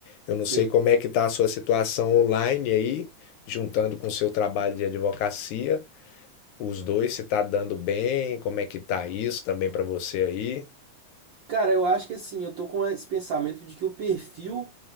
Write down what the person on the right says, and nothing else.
Sim.
Cara, eu acho que assim, eu tô com esse pensamento de que o perfil